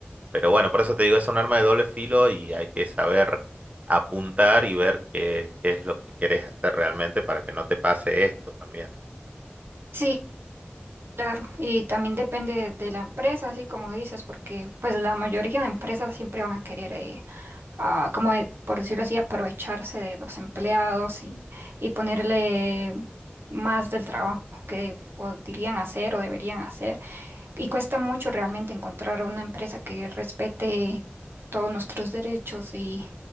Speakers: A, on the right; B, on the right.
A: Pero bueno, por eso te digo, es un arma de doble filo y hay que saber apuntar y ver qué, qué es lo que querés hacer realmente para que no te pase esto también.
B: Sí, claro. Y también depende de la empresa, así como dices, porque pues la mayoría de empresas siempre van a querer eh, a, como de- por decirlo así, aprovecharse de los empleados y, y ponerle más del trabajo que podrían hacer o deberían hacer. Y cuesta mucho realmente encontrar una empresa que respete todos nuestros derechos y,